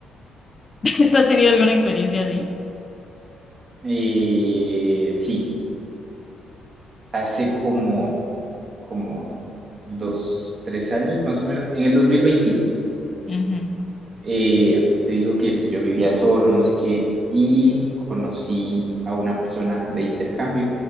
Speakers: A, on the left; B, on the right.
A: <laughs> ¿Tú has tenido alguna experiencia así?
B: Eh, sí, hace como, como dos, tres años más o menos, en el 2022.
A: Ujú,
B: Eh, te digo que pues, yo vivía solo, no sé qué, y conocí a una persona de intercambio